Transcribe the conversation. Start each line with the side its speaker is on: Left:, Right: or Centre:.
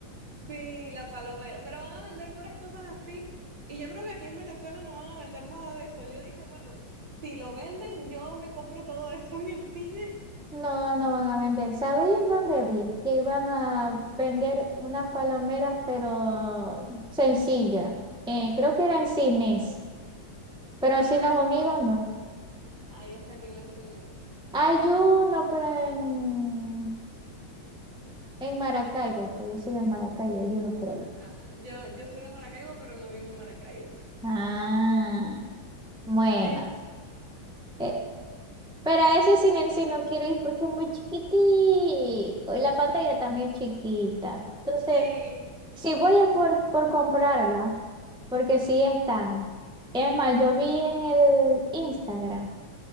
Right: Sí, la palomera, pero van a vender puras cosas así. Y yo creo que aquí en Venezuela no van a vender nada de eso. Yo dije, bueno, si lo venden, yo me compro todo eso en el cine.
Centre: No, no van a vender. ¿Sabéis en dónde vi? Que iban a vender unas palomeras, pero sencillas. Eh, creo que
Right: El-
Centre: eran cines, pero
Right: Ah,
Centre: en Cines
Right: el
Centre: Unidos
Right: cine.
Centre: no.
Right: Ay, es que aquí no hay Cinex, ¿dónde
Centre: Hay
Right: estoy?
Centre: uno, pero en En Maracaibo, pues yo soy de Maracaibo, hay uno por ahí.
Right: Ajá. Yo, yo soy de Maracaibo, pero no vivo en Maracaibo.
Centre: Ah, bueno.
Right: Este,
Centre: Eh, pero a ese silencio no quiero ir porque es muy chiquitico y la pantalla también es chiquita. Entonces,
Right: sí.
Centre: si voy es por, por comprarla, porque sí están. Es más, yo vi en el Instagram.